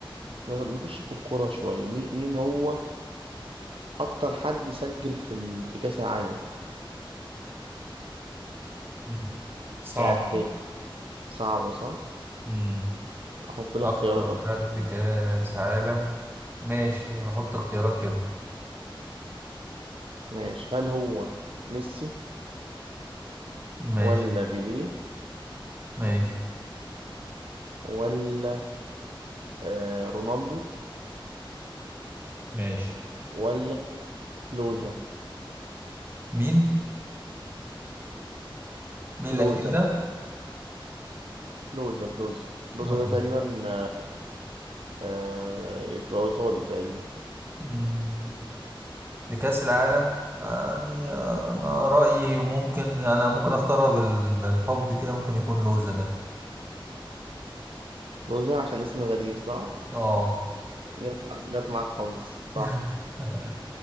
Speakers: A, on the right (about 85°); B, on the right (about 25°).
A: نخ- نخش في الكورة شوية مين مين هو أكتر حد سجل في ال... في كأس العالم
B: مم، صعب
A: كأهداف
B: دي.
A: صعبة صح؟
B: مم.
A: أحط لك
B: أكتر
A: خيارات
B: حد كاس عالم ماشي هحط اختيارات كده
A: ماشي هل هو ميسي
B: ماشي
A: ولا بيليه
B: ماشي
A: ولا آه رونالدو
B: ماشي
A: ولا كلوزا
B: مين؟ مين
A: كلوزا
B: الأخير ده؟
A: كلوزا كلوزا كلوزا
B: آه.
A: ده تقريبا آه آه، إيطالي تقريبا
B: مم. لكأس العالم يعني آه، أنا رأيي ممكن أنا ممكن أختارها بالحب كده ممكن يكون لوزة ده
A: كلوزة عشان اسم غريب صح؟
B: آه
A: جت مع- جت معاك حظ صح
B: <laughs>